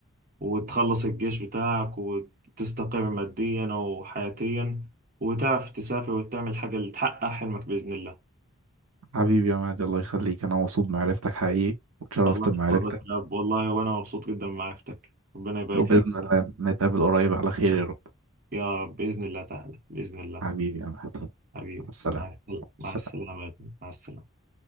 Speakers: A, on the right (about 45°); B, on the right (about 80°).
A: وتخلص الجيش بتاعك وتستقر ماديا وحياتيا وتعرف تسافر وتعمل حاجة اللي تحقق حلمك بإذن الله
B: حبيبي يا مهدي الله يخليك أنا مبسوط بمعرفتك حقيقي واتشرفت
A: الله
B: بمعرفتك
A: يحفظك يا رب والله وأنا مبسوط جدا بمعرفتك ربنا يبارك
B: وبإذن
A: فيك
B: الله نتقابل قريب على خير يا رب
A: يا رب بإذن الله تعالى بإذن الله
B: حبيبي يا مهدي
A: حبيبي
B: مع السلامة
A: مع
B: السلامة
A: السلامة مع السلامة يا ابني. مع السلامة